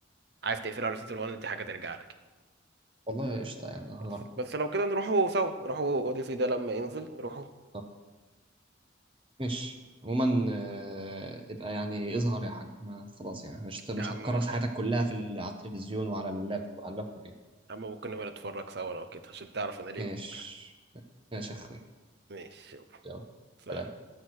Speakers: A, on the right; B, on the right.
A: عايز تقفله على سيزون 1 دي حاجه ترجع لك يعني.
B: والله قشطة يعني هجرب
A: بس بس لو كده نروحوا سوا نروحوا اوديسي ده لما ينزل نروحوا
B: طب، ماشي عموما آه، ابقى يعني اظهر يا حاج ما خلاص يعني مش مش
A: يا عم
B: هتكرس
A: خلاص
B: حياتك كلها في ال- على التلفزيون وعلى اللاب على اللابتوب يعني
A: يا عم ممكن نبقى نتفرج سوا لو كده عشان تعرف انا ليه
B: ماشي
A: بفكر.
B: ماشي يا اخوي
A: ماشي يلا.
B: يلا
A: سلام
B: سلام.